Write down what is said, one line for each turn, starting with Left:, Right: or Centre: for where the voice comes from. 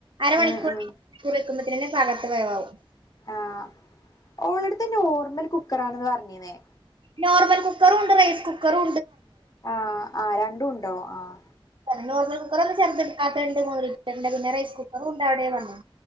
Right: അരമണിക്കൂർണിക്കൂർ
Left: ഉം ഉം
Right: വെക്കുമ്പ ത്തിനന്നെ പാകത്ത് വേവാവും
Left: ആഹ് ഓളടുത്തന്നെ ഓർമ്മല് കു ക്കറാണെന്ന് പറഞ്ഞീന്നേ
Right: നോർമൽ കുക്കറുണ്ട് റൈസ് കുക്കറു
Left: ആഹ് ആഹ് രണ്ടും ഉ ണ്ടോ ആഹ്.
Right: ന്നെ നോർ കുക്കറ ഒന്നും ചെർത എടുക്കാത്തണ്ട് മുറി പിന്നെ റൈസ് കുക്കറും ഉണ്ട് അവിടെ പറഞ്ഞു